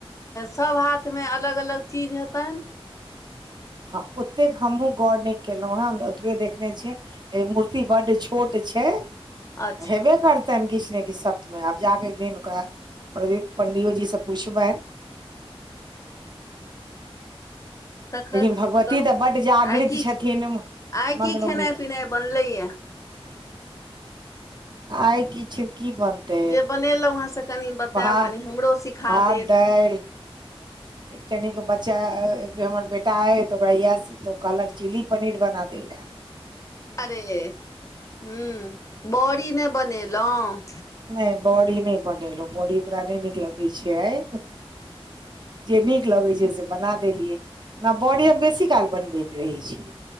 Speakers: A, on the left; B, on the right.
A: सब हाथमे अलग अलग चीज हेतनि।
B: हं ओतेक हमहुं गौर नहि केलहुं ह हमह ओतबे देखने छियै। एक मूर्ति बड छोट छै
A: अच्छा
B: हेबे करते। त किछु ने किछु सप्त में आब जाके एक दिन ओकरा पंडियो जी से पूछबनि।
A: तखन
B: लेकिन भगवती
A: कहू
B: तऽ बड्ड जागृत
A: आइ की
B: छथिन
A: आइ
B: मंगनौनी
A: की खेनाइ पिनाइ बनलैये।
B: आइ किछ की बन। तेऽ
A: जे बनेलहुँ हेँ से कनि बतायब
B: भा
A: कनि हमरो सिखा
B: भात
A: देब
B: दालि। कनिगो बच्चा हमर बेटा अइ तऽ ओकरा इएह सब। वो कहलक चिल्ली पनीर बना देलै
A: अरे हूं बड़ी नहि बनेलहुं।
B: नहि बड़ी नहि बनेलहुं बड़ी ओकरा नहि नीक लगै छैय। जे नीक लगैय छैय से बना देलियै ओना बड़ी हम बेसी काल बनबैत रहैत छी।